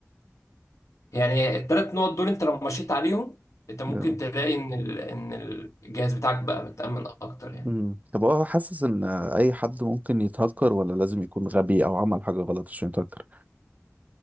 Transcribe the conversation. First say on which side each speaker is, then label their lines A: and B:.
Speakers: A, on the left (about 80°); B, on the right (about 30°).
A: يعني التلات نقط دول انت لو مشيت عليهم انت ممكن
B: امم
A: تلاقي ان ال- ان الجهاز بتاعك بقى متأمن اكتر يعني
B: أمم. طب هو حاسس ان اي حد ممكن يتهكر ولا لازم يكون غبي او عمل حاجة غلط عشان يتهكر